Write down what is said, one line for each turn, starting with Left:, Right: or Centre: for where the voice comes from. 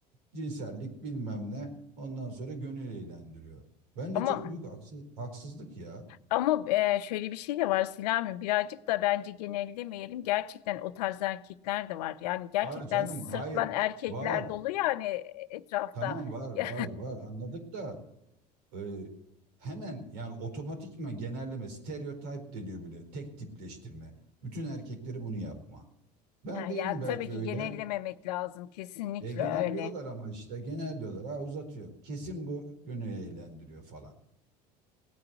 Right: cinsellik bilmem ne. Ondan sonra gönül eğlendiriyor. Ben
Left: Ama
Right: de çok büyük haksız- haksızlık ya.
Left: Ama e, şöyle bir şey de var Selami birazcık da bence genellemeyelim gerçekten o tarz erkekler de var yani gerçekten
Right: Var canım
Left: sırtlan
Right: hayır
Left: erkekler
Right: var.
Left: dolu yani etrafta
Right: Tamam var
Left: <laughs>
Right: var
Left: ya,
Right: var anladık da e, hemen yani otomatikman genelleme, stereotip deniyor bile. Tek tipleştirme. Bütün erkekleri bunu yapma. Ben değilim
Left: ya
Right: belki
Left: tabii ki
Right: öyle.
Left: genellememek lazım kesinlikle
Right: E, genelliyorlar
Left: öyle
Right: ama işte genelliyorlar. Ha uzatıyor. Kesin bu yönü eğlendiriyor falan.